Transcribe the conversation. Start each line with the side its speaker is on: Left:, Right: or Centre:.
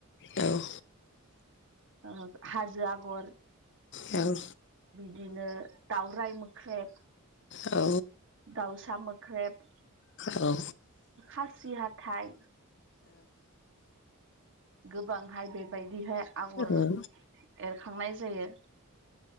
Left: औ
Right: ओ हाजो आगर
Left: औ
Right: बिदिनो दावराइ मोख्रेब
Left: औ
Right: दाउसा मोख्रेब
Left: औ
Right: खासि हाथाइ गोबांहाय बेबायदिहाय आगर
Left: उम
Right: एरखांनाय जायो।